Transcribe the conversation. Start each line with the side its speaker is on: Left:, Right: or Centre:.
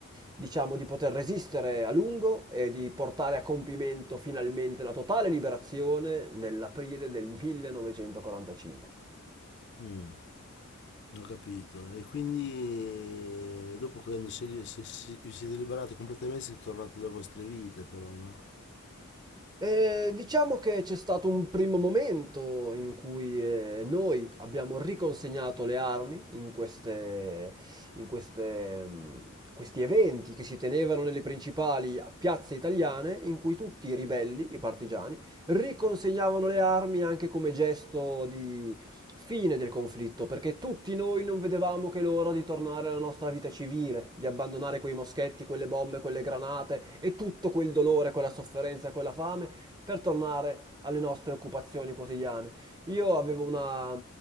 Right: diciamo, di poter resistere a lungo e di portare a compimento finalmente la totale liberazione nell'aprile del 1945.
Left: Mm, ho capito. E quindi dopo quando si- se- se- vi siete liberati completamente siete tornati alle vostre vite, però, no?
Right: Eh, diciamo che c'è stato un primo momento in cui eh, noi abbiamo riconsegnato le armi in queste- in queste, mm, questi eventi che si tenevano nelle principali piazze italiane, in cui tutti i ribelli, i partigiani, riconsegnavano le armi anche come gesto fine del conflitto, perché tutti noi non vedevamo che l'ora di tornare alla nostra vita civile, di abbandonare quei moschetti, quelle bombe, quelle granate e tutto quel dolore, quella sofferenza e quella fame per tornare alle nostre occupazioni quotidiane. Io avevo una,